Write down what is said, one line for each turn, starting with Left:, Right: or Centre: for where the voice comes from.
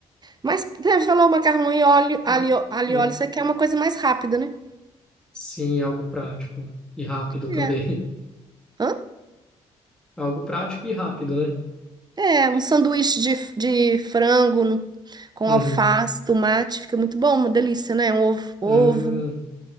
Right: Mas, você falou macarrão e óleo, alho,
Centre: Ah,
Right: alho
Centre: Hum.
Right: e óleo, você quer uma coisa mais rápida, né?
Centre: Sim, algo prático e rápido
Right: É.
Centre: também. <laughs>
Right: Hã?
Centre: Algo prático e rápido, né?
Right: É, um sanduíche de, de frango no- com
Centre: Uhum.
Right: alface, tomate, fica muito bom, uma delícia, né? Um ovo, ovo,
Centre: Hum,